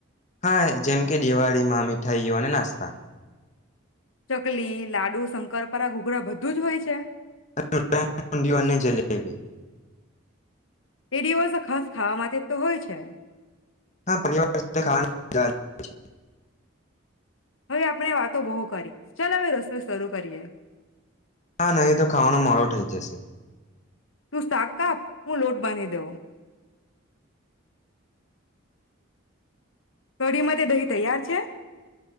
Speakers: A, on the left; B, on the left.
A: હા જેમ કે દિવાળીમાં મી. ઠાઈ યો અને નાસ્તા.
B: ચકલી લાડુ શંકરપરા ઘૂઘરા બધું જ હોય છે.
A: <unintelligible> ઊડિયુ અને જલેબી.
B: એ દિવસ ખાસ ખાવા માટે તો હોય છે.
A: હા પરિવાર સાથે <unintelligible>
B: હવે આપણે વાતો બહુ કરી ચાલ હવે રસોઈ શરૂ કરીએ
A: હ, નહી તો ખાવાનો મોળો થઇ જશે.
B: તું શાક કાપ હું લોટ બાંધી દેઉ. કઢીમાં તે દહીં તૈયાર છે?